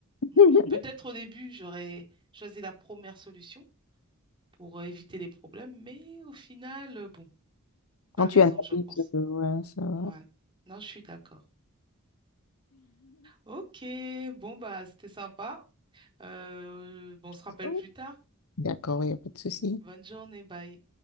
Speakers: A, on the right (about 25°); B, on the left (about 80°).
A: Mm.
B: <laughs>
A: Peut-être au début, j'aurais choisi la première solution pour euh, éviter les problèmes, mais au final, euh, bon,
B: Quand
A: t'as raison,
B: tu analyses,
A: je pense.
B: euh, ouais, ça va.
A: Ouais. Non, je suis d'accord. Ok, bon bah c'était sympa. Euh, bon, on se rappelle
B: <laughs>
A: plus tard.
B: D'accord, il n'y a pas de souci.
A: Bonne journée, bye.